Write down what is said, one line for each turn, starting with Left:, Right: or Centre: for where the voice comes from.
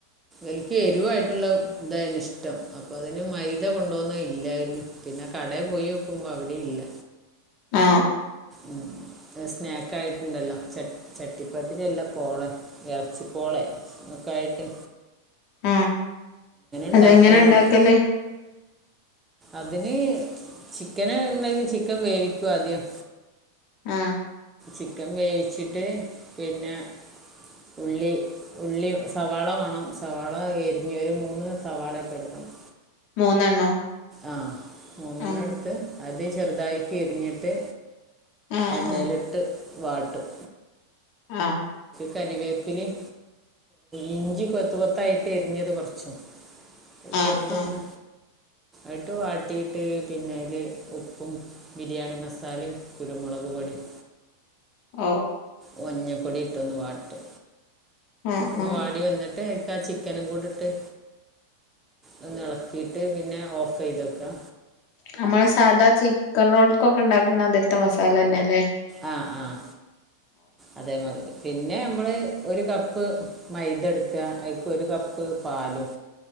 Right: ഇൻക്ക് എരിവായിട്ട്ള്ള ഇതായ്ന് ഇഷ്ടം അപ്പൊ അതിന് മൈദ കൊണ്ട ണ്ടോന്നെല്ലായ്ര്ന്നു പിന്നെ കടേ പോയാേക്കുമ്പോ അവിടി ഇല്ല
Left: ആ
Right: ഉം സ്നാക്കായിട്ട്ണ്ടല്ലോ ച ചട്ടിപ്പത്തിരി അ പോളെ ഇറച്ചി പോളെ ഒക്കായ്ട്ട്
Left: ആ
Right: ഉണ്ടാക്കാറുണ്ട്
Left: അതെങ്ങനെണ്ടാക്കല്
Right: അതിന് ചിക്കന്ണ്ടെങ്കി ചിക്കൻ വേവിക്കും ആദ്യം
Left: ആ
Right: ചിക്കൻ വേവിച്ചിട്ട് പിന്നെ ഉള്ളി ഉള്ളി സവാള വേണം സവാള എരിഞ്ഞൊരു മൂന്ന് സവാള ഒക്കെ എടുക്കണം
Left: മൂന്നെണ്ണോ
Right: ആഹ് മൂന്നണ്ണട്ത്ത്
Left: ആഹ്
Right: അത് ചെറുതായിക്ക് എരിഞ്ഞിട്ട്
Left: ആഹ്
Right: എണ്ണയിലിട്ട്
Left: ആഹ്
Right: വാട്ടും
Left: ആഹ്
Right: കരിവേപ്പിലിം ഇഞ്ചി കൊത്ത് കൊത്തായിട്ട് എരിഞ്ഞത് കുറച്ചും ചെറുതൊന്ന്
Left: ആഹ് ആഹ്
Right: ആട്ട് വാട്ടിയിട്ട് പിന്നെല് ഉപ്പും ബിരിയാണി മസാലയും കുരുമുളക പടി <inaudible>
Left: ഓ
Right: മഞ്ഞപ്പൊടി ഇട്ടൊന്ന് വാട്ടിട്ട്
Left: ആഹ്
Right: അങ്ങ്
Left: ആഹ്
Right: വാടി വന്നിട്ട് ചിക്കനും കൂടിട്ട് ഒന്ന് ഇളക്കിട്ട് പിന്നെ ഓഫ് ചെയ്തെക്കാ
Left: നമ്മള് സാധാ ചിക്കൻ റോൾക്കൊക്കെ ഉണ്ടാക്കണ അതിടുത്തെ മസാല തന്നെ അല്ലേ
Right: ആഹ ആഹ് അതേമാതിരി പിന്നെ നമ്മള് ഒരു കപ്പ് മൈദ എടുക്കുക അക്ക് ഒരു കപ്പ് പാലും